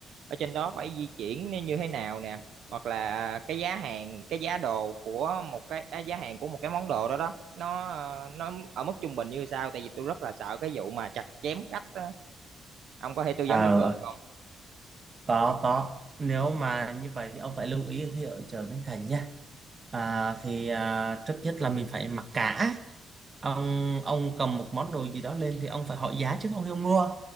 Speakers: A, on the right; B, on the right.
A: ở trên đó phải di chuyển như như thế nào nè hoặc là cái giá hàng cái giá đồ của một cái à, giá hàng của một cái món đồ đó đó nó ờ, nó ở mức trung bình như sao tại vì tôi rất là sợ cái vụ mà chặt chém khách á. ông có thể tư
B: à
A: vấn giùm tôi được không
B: có có nếu mà như vậy thì ông phải lưu ý khi ở chợ Bến Thành nha à, thì à, trước nhất là mình phải mặc cả ông ông cầm một món đồ gì đó lên thì ông phải hỏi giá trước ông hiểu mua